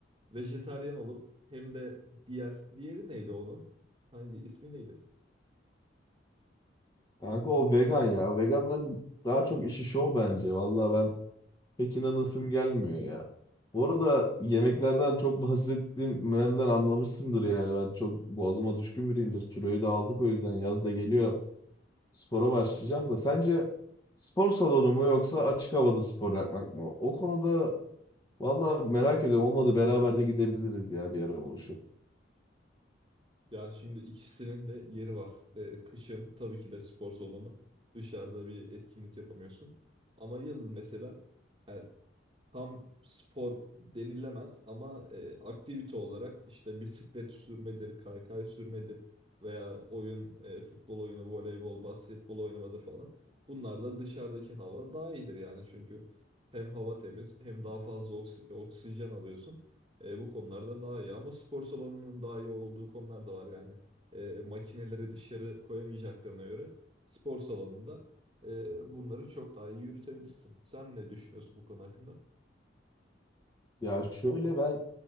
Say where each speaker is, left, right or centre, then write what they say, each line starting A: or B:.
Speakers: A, on the right; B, on the left.
A: vejetaryen olup hem de diğer diğeri neydi onun? Hangi ismi neydi?
B: Kanka o vegan ya. Veganların daha çok işi şov bence. Vallahi ben pek inanasım gelmiyor ya. Bu arada yemeklerden çok bahsettiğimden anlamışsındır yani. Ben çok boğazıma düşkün biriyimdir. Kiloyu da aldık o yüzden yaz da geliyor. Spora başlayacağım da sence spor salonu mu yoksa açık havada spor yapmak mı? O konuda vallahi merak ediyorum. Olmadı beraber de gidebiliriz ya bir ara buluşup.
A: Ya şimdi ikisinin de yeri var. Ee, kışın tabii ki de spor salonu. Dışarıda bir etkinlik yapamıyorsun. Ama yazın mesela e, tam spor denilemez ama e, aktivite olarak işte bisiklet sürmedir, kaykay sürmedir veya oyun, e, futbol oyunu, voleybol, basketbol oynamadır falan. Bunlar da dışarıdaki hava daha iyidir yani çünkü hem hava temiz hem daha fazla oksi- oksijen alıyorsun. E, bu konularda daha iyi ama spor salonunun daha iyi olduğu konular da var yani. E, makineleri dışarı koyamayacaklarına göre spor salonunda e, bunları çok daha iyi yürütebilirsin. Sen ne düşünüyorsun bu konu hakkında?
B: Ya şöyle ben